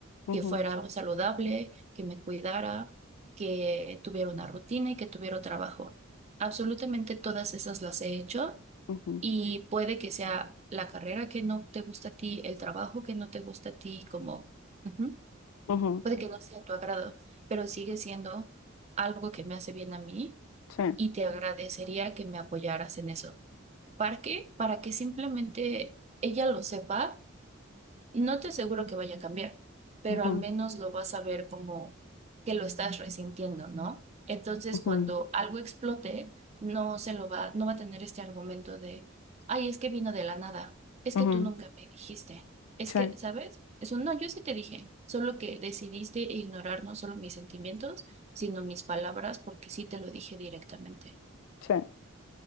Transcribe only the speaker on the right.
que fuera saludable, que me cuidara, que tuviera una rutina y que tuviera trabajo. Absolutamente todas esas las he hecho
y puede que sea la carrera que no te gusta a ti, el trabajo que no te gusta a ti, como ujú,
puede que no sea a tu agrado, pero sigue siendo algo que me hace bien a mí
y te agradecería que me apoyaras en eso. ¿Para qué? Para que simplemente ella lo sepa y no te aseguro que vaya a cambiar, pero
al menos lo vas a ver como que lo estás resintiendo, ¿no? Entonces,
cuando algo explote, no se lo va, no va a tener este argumento de, ay, es que vino de la nada, es
que tú nunca me dijiste, es
que, ¿sabes? Eso no, yo sí te dije, solo que decidiste ignorar no solo mis sentimientos, sino mis palabras, porque sí te lo dije directamente.